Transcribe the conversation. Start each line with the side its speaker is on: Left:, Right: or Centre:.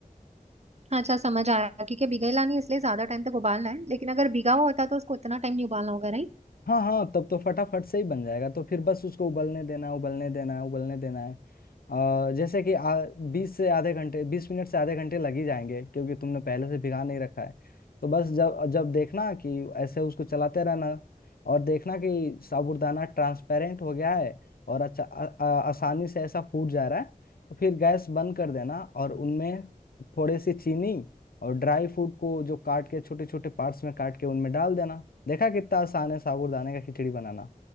Right: अच्छा समझ आया क्योंकि भिगाई लानी है इसलिए ज्यादा टाइम तक उबालना है लेकिन अगर भिगा हुआ होता तो उसको उतना टाइम नहीं उबालना होगा राइट
Left: हाँ हाँ तब तो फटाफट से ही बन जाएगा तो फिर बस उसको उबलने देना है उबलने देना है उबलने देना है अ, जैसे कि आ, बीस से आधे घंटे बीस मिनट से आधे घंटे लग ही जाएंगे क्योंकि तुमने पहले से भिगा नहीं रखा है तो बस जब जब देखना कि ऐसे उसको चलाते रहना और देखना कि साबूदाना ट्रांसपेरेंट हो गया है और अच्छा आ, आ, आसानी से ऐसा फूट जा रहा है तो फिर गैस बंद कर देना और उनमें थोड़ी सी चीनी और ड्राई फ्रूट को जो काट के छोटे छोटे पार्ट्स में काट के उनमें डाल देना देखा कितना आसान है साबूदाने का खिचड़ी बनाना